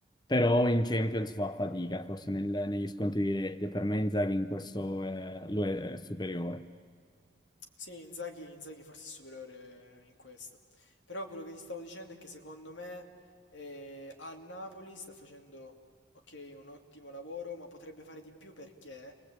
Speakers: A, on the left; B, on the left.
A: però in Champions fa fatica, forse nel- negli scontri diretti. Per me Inzaghi in questo eh, lo è, è superiore.
B: Sì, Inzaghi, Inzaghi forse è superiore in questo. Però quello che ti stavo dicendo è che secondo me eh, a Napoli sta facendo, ok, un ottimo lavoro, ma potrebbe fare di più perché?